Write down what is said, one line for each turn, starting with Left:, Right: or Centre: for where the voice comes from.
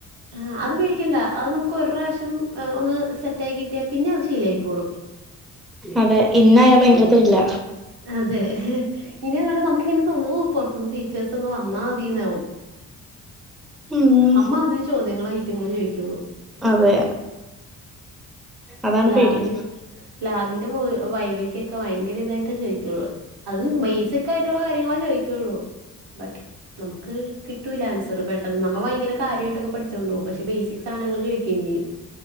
Right: ആഹ് അത് പേടിക്കണ്ട അത് നമുക്ക് ഒരു പ്രാവശ്യം ഏഹ് ഒന്ന് സെറ്റായി ആയി കിട്ടിയ പിന്നെ അത് ശീലായിക്കോളും
Centre: അതെ ഇന്നായാ ഭയങ്കര ത്രില്ല
Right: അതെ ഇനി അങ്ങാണ്ട് നമുക്കിങ്ങനെ തോന്നൂ പൊറ്ത്തൂന്ന് ട്ടീച്ചേഴ്സൊന്ന് വന്നാ മതീന്നാവും
Centre: ഉം
Right: അമ്മാതിരി ചോദ്യങ്ങളായി റ്റ്ങ്ങൾ ചോയ്ക്കൊള്ളൂ
Centre: അതെ അതാണ്
Right: ലാബിന്
Centre: പേടി
Right: ലാബിന്റെ വൈവെക്ക് ക്ക വയങ്കര ഇതായിട്ടേ ചോദിക്കുള്ളൂ അതും ബേസിക്കായിട്ടുള്ള കാര്യങ്ങള ചോയ്ക്കൊള്ളൂ ബട്ട് നമുക്ക് കി ട്ടൂലാൻസർ പെട്ടെന്ന് നമ്മ ഭയങ്കര കാര്യായിട്ടൊക്കെ പഠിച്ചോണ്ട് പോവും. പക്ഷെ ബേസിക് സാനങ്ങൾ ചോയ്ക്കേം ചെയ്യും